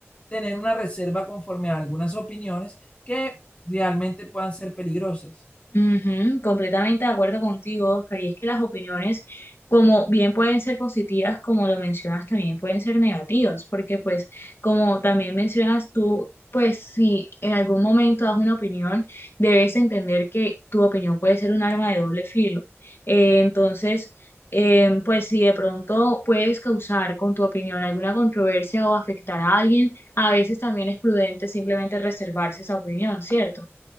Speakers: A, on the left; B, on the left.
A: tener una reserva conforme a algunas opiniones que realmente puedan ser peligrosas.
B: Ujú, completamente de acuerdo contigo, Oscar. Y es que las opiniones, como bien pueden ser positivas, como lo mencionas, también pueden ser negativas, porque pues, como también mencionas tú, pues si en algún momento das una opinión, debes entender que tu opinión puede ser un arma de doble filo. Eh, entonces, eh, pues si de pronto puedes causar con tu opinión alguna controversia o afectar a alguien, a veces también es prudente simplemente reservarse esa opinión, ¿cierto?